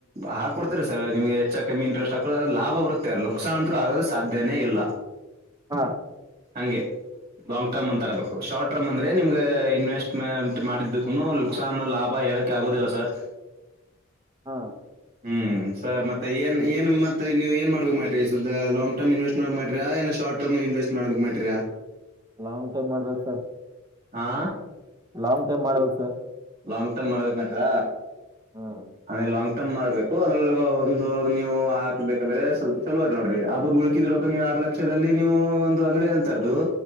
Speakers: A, on the right; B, on the right.
A: ಹಾ ಕೊಡ್ತಾರೆ ಸರ್ಮಗೆ ಹೆಚ್ಚ ಕಮ್ಮಿ ಇಂಟ್ರೆಸ್ಟ್ ಹಾ ಲಾಭ ಬರುತ್ತೆ ಅ ಲುಕ್ಸಾನ್ ಅಂತೂ ಆಗದು ಸಾಧ್ಯನೇ ಇಲ್ಲ
B: ಹಾ
A: ಹಂಗೆ ಲಾಂಗ್ ಟರ್ಮ್ ಅಂತರಬೇಕು ಶಾರ್ಟ್ ಟರ್ಮ್ಂದ್ರೆ ನಿಮ್ಗೆ ಇನ್ವೆಸ್ಟ್ಮೆಂಟ್ ಮಾಡಿದ್ದಕ್ಕುನು ನುಕ್ಸಾನ್ ಲಾಭ ಕೇಳಕ್ಕೆ ಆಗೋದಿಲ್ಲ ಸರ್
B: ಹಾ
A: ಹ್ಮ್ ಸರ್ ಮತ್ತೆ ಏನ್ ಏನು ಮತ್ತ ಮತ್ತ ನೀವ ಏನ್ ಮಾಡ್ಬೇಕಕ್ ಮಾಡ್ರಿ ಸುದ್ದ ಲಾಂಗ ಟಮ್ ಇನ್ವೆಸ್ಟ್ ಮಾಡಕ್ ಮಾಡ್ರಿಾಏ ಶಾರ್ಟ ಟಮ್ ಇನ್ವೆಸ್ಟ್ ಮಾಡ್ಕ್ ಮಾಡ್ರಿಾ
B: ಲಾಂಗ್ ಟೈಮ್ ಮಾಡ್ಬೇಕು ಸರ್
A: ಹಾ
B: ಲಾಂಗ್ ಟೈಮ್ ಮಾಡ್ಬೇಕು ಸರ್
A: ಲಾಂಗ್ ಟರ್ಮ್ ಮಾಡ್ಬೇಕಕ್ ನಟ್ರ
B: ಹ್ಮ್
A: ಆಮೇಲೆ ಲಾಂಗ್ ಮಾಡ್ಬೇಕು ಅದ್ರಲ್ಲಿ ಒಂದು ನೀವು ಹಾಕ್ಬೇಕಂದ್ರೆ ಚಲುವ ನೋಡ್ರಿ ಅದು ಮುಳಳ್ಕಿ ದೊರಕ ನೀವುಾ ಲಕ್ಷದಲ್ಲಿ ನೀವು ಒಂದು ಅಂಗಡಿ ಹಲ್ತಾರದು